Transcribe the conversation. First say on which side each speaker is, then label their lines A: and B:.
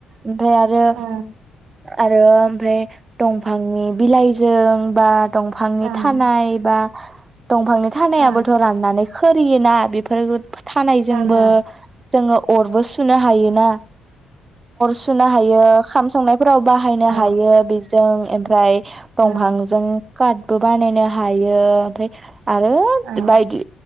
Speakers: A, on the right; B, on the right.
A: ओमफ्राय आरो
B: ओं
A: आरो ओमफ्राय दंफांनि बिलाइजों बा दंफांनि
B: ओं
A: थानाय बा दंफांनि थानायाबोथ'
B: ओं
A: राननानै खोरियोना बेफोर थानायजोंबो
B: ओं ओं
A: जोङो अरबो सुनो हायोना सुनो हायो खाम संनायफोराव बाहायनो
B: औ
A: हायो बेजों ओमफ्राय दंफांजों
B: औ
A: कार्डबो बानायनो हायो ओमफ्राय आरो
B: औ
A: बायदि